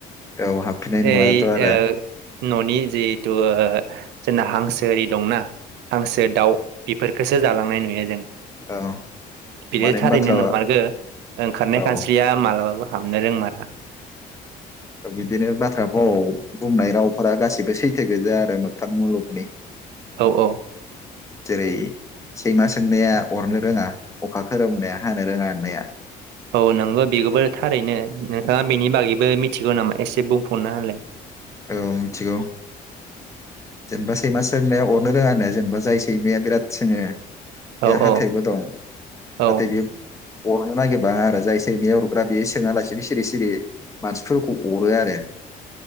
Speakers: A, on the left; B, on the right.
A: औ हाबफिननाय नुवाथ'
B: ओइ
A: आरो
B: ओ। न'नि जिहेथु ओ जोंना हांसो एरि दंना। हांसो दाउ। बिफोरखोसो जालांनाय। <inaudible> बिदि
A: औ माने
B: थारैनो
A: बाथ्रा
B: नोंमारगो ओंखारनाय
A: औ
B: खानस्रिया मालाबाबो। हाबनो रोंमारा।
A: ओ बिदिनो बाथ्रा भाव बुंनाय रावफोरा गासिबो सैथो गोजाया आरो मोगथां मुलुगनि।
B: औ औ
A: जेरै। सैमा सोंनाया अरनो रोङा अखा खोरोमनाया हानो रोङा होननाया।
B: औ नोंगौ बे <inaudible> बो थारैनो। नोंथाङा बेनि बागैबो मिथिगौ नामा एसे बुंफुरना होलाय।
A: ओ मिथिगौ जेनेबा सैमा सोंनाया अरनो रोङानो जेनेबा जाय सैमाया बिराद सोङो बेहा
B: औ
A: हाथायबो
B: औ
A: दं
B: औ
A: नाथाय बियो अरनो नागिरबा आरो जाय सैमया अरग्रा बे सोङा लासेनो सिरि सिरि मानसिफोरखौ अरो आरो